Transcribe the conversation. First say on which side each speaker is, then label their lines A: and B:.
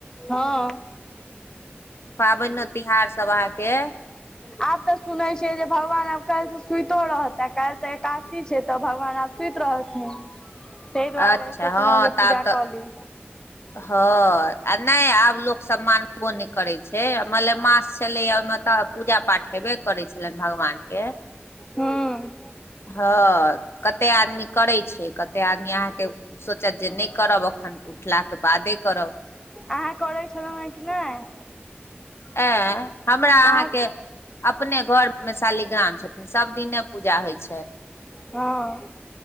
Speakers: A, on the left (about 15°); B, on the left (about 80°).
A: हँ
B: पाबनि तिहार सब अहाँके
A: आब तऽ सुनैत छैियै जे भगवान आब काल्हि से सुइतो रहता काल्हि तऽ एकादासी छै तऽ भगवान आब सुति रहलथिन ताहि दुआरे
B: अच्छा
A: सोचलहुँ
B: हँ
A: जे
B: तऽ
A: पूजा
B: आब तऽ
A: कऽ ली
B: हँ आ नहि आब लोकसभ मानबो नहि करैत छै मलेमास छलैए ओहिमे तऽ पूजा पाठ हेबे करै छलनि भगवानके
A: हँ
B: हँ कते आदमी करै छै कते आदमी अहाँके सोचत जे नहि करब एखन उठलाके बादे करब
A: अहाँ करैत छलहुँ हेँ कि नहि
B: एं हमरा अहाँके
A: अहाँ
B: अपने घरमे शालीग्राम छथिन सभ दिने पूजा होय छै
A: हँ